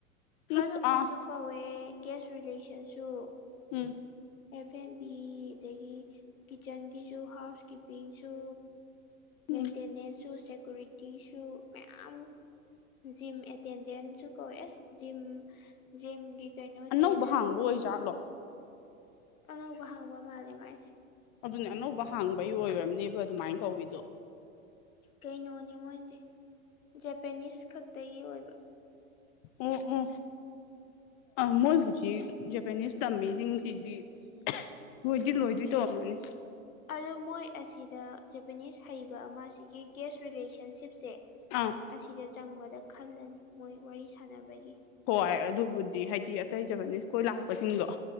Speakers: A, on the left; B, on the left.
A: ꯐ꯭ꯔꯟ
B: ꯎꯝ
A: ꯑꯣꯐꯤꯁꯁꯨ
B: ꯑꯥ
A: ꯀꯧꯋꯦ ꯒꯦꯁ ꯔꯤꯂꯦꯁꯟꯁꯨ
B: ꯎꯝ
A: ꯑꯦꯐ ꯑꯦꯝꯕꯤ ꯑꯗꯒꯤ ꯀꯤꯠꯆꯟꯒꯤꯁꯨ ꯍꯥꯎꯁ ꯀꯤꯞꯄꯤꯡꯁꯨ
B: ꯎꯝ
A: ꯃꯦꯟꯇꯦꯅꯦꯟꯁꯁꯨ ꯁꯦꯀꯨꯔꯤꯇꯤꯁꯨ ꯃꯌꯥꯝ ꯖꯤꯝ ꯑꯦꯇꯦꯟꯗꯦꯟꯁꯨ ꯀꯧꯋꯦ ꯑꯁ ꯖꯤꯝ ꯖꯤꯝꯒꯤ ꯀꯩꯅꯣ
B: ꯑꯅꯧꯕ
A: ꯇ꯭ꯔꯦꯅꯔꯒꯨꯝ
B: ꯍꯥꯡꯕ ꯑꯣꯏꯖꯥꯠꯂꯣ
A: ꯑꯅꯧꯕ ꯍꯥꯡꯕ ꯃꯥꯜꯂꯦ ꯃꯥꯏꯁꯦ
B: ꯑꯗꯨꯅꯦ ꯑꯅꯧꯕ ꯍꯥꯡꯕꯒꯤ ꯑꯣꯏꯔꯝꯅꯤꯕ ꯑꯗꯨꯃꯥꯏꯅ ꯀꯧꯋꯤꯗꯣ
A: ꯀꯩꯅꯣꯅꯦ ꯃꯣꯏꯁꯦ ꯖꯄꯅꯤꯁ ꯈꯛꯇꯒꯤ ꯑꯣꯏꯕ
B: ꯎꯝ ꯎꯝ ꯑꯥ ꯃꯣꯏ ꯍꯧꯖꯤꯛ ꯖꯄꯅꯤꯁ ꯇꯝꯃꯤꯁꯤꯡꯁꯤꯗꯤ ꯂꯣꯏꯗꯤ ꯂꯣꯏꯗꯣꯏ ꯇꯧꯔꯝꯃꯅꯤ
A: ꯑꯗꯣ ꯃꯣꯏ ꯑꯁꯤꯗ ꯖꯄꯅꯤꯁ ꯍꯩꯕ ꯑꯃꯁꯤꯒꯤ ꯒꯦꯁ ꯔꯤꯂꯦꯁꯟꯁꯤꯞꯁꯦ
B: ꯑꯥ
A: ꯑꯁꯤꯗ ꯆꯪꯕꯗ ꯈꯜꯂꯅꯤ ꯃꯣꯏ ꯋꯥꯔꯤ ꯁꯥꯟꯅꯕꯒꯤ
B: ꯍꯣꯏ ꯑꯗꯨꯕꯨꯗꯤ ꯍꯥꯏꯗꯤ ꯑꯇꯩ ꯖꯄꯞꯄꯥꯟꯅꯤꯁ ꯀꯣꯏ ꯂꯥꯛꯄꯁꯤꯡꯗꯣ